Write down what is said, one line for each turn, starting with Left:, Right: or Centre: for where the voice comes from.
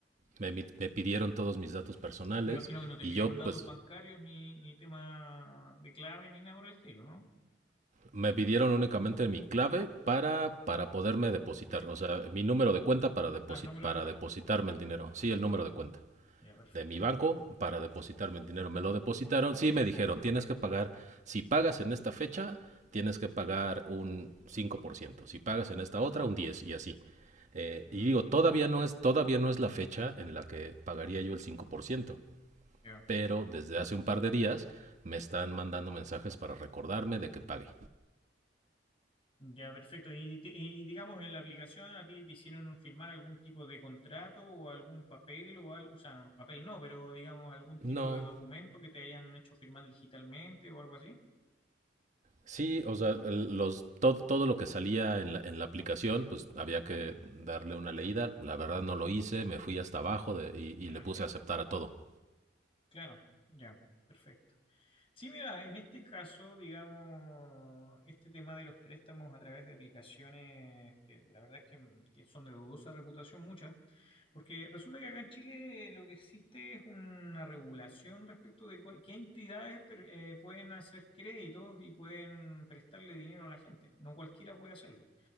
Right: me, mi- me pidieron todos mis datos personales
Left: Me imagino que no te
Right: y
Left: pidieron
Right: yo
Left: datos
Right: pues
Left: bancarios ni, ni temas de clave ni nada por el estilo, ¿no?
Right: me pidieron únicamente mi clave para, para poderme depositar, o sea, mi número de cuenta para, deposit,
Left: Ah, el número
Right: para
Left: de cuenta.
Right: depositarme el dinero, sí, el número de cuenta
Left: Ya, perfecto.
Right: de mi banco para depositarme el dinero. Me lo depositaron, sí, me dijeron, tienes que pagar, si pagas en esta fecha, tienes que pagar un 5%. si pagas en esta otra, un 10% y así. Eh,
Left: Mm,
Right: y digo, todavía no, es, todavía no es la fecha en la que pagaría yo el 5%.
Left: ya.
Right: pero desde hace un par de días me están mandando mensajes para recordarme de que pague.
Left: Ya, perfecto. Y, te- y digamos, en la aplicación a ti te hicieron firmar algún tipo de contrato o algún papel o algo, o sea, no, papel no, pero digamos algún tipo
Right: No,
Left: de documento que te hayan hecho firmar digitalmente o algo así.
Right: sí, o sea, los, todo, todo lo que salía en la, en la aplicación, pues había que darle una leída. La verdad no lo hice, me fui hasta abajo de- y,
Left: Me
Right: y le
Left: imagino.
Right: puse a aceptar a todo.
Left: Claro, ya, perfecto. Sí, mira, en este caso, digamos, este tema de los préstamos a través de aplicaciones que la verdad es que mm, que son de dudosa reputación muchas, porque resulta que acá en Chile eh, lo que existe es una regulación respecto de cuál- qué entidades per- eh, pueden hacer créditos y pueden prestarle dinero a la gente. No cualquiera puede hacerlo.